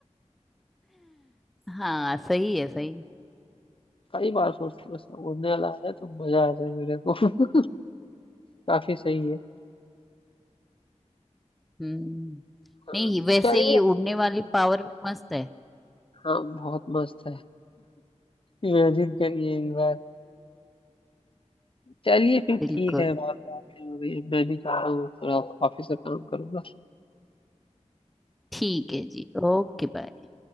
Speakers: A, in the centre; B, on the left.
A: हाँ सही है सही
B: कई बार सोच बस उड़ने वाला आ जाए तो मजा आ जाए मेरे को <laughs> काफी सही है
A: हम्म
B: हाँ,
A: नहीं वैसे
B: चलिए
A: ये उड़ने वाली पावर भी मस्त है
B: हाँ बहुत मस्त है इमेजिन करिए एक बार चलिए फिर
A: बिल्कुल
B: ठीक है बात बात हो गई है। मैं भी जा रहा हूँ थोड़ा ऑफिस का काम करूंगा
A: ठीक है जी Okay bye